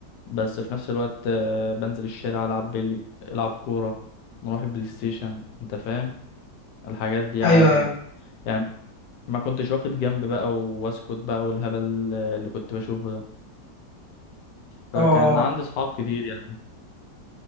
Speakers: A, on the left; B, on the left.
A: بس في نفس الوقت آه بنزل الشارع العب بلي العب كوره نروح البلاي ستيشن انت فاهم الحاجات دي
B: ايوه
A: عادي
B: ايوه
A: يعني يعني ما كنتش واخد جنب بقى واسكت بقى والهبل آه، اللي كنت بشوفه ده فكان
B: اه آه.
A: عندي صحاب كتير يعني